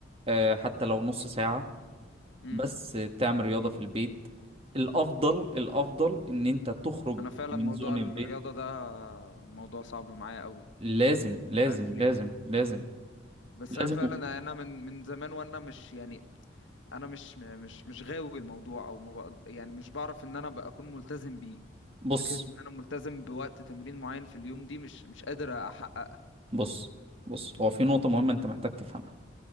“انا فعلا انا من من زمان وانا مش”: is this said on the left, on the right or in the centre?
Left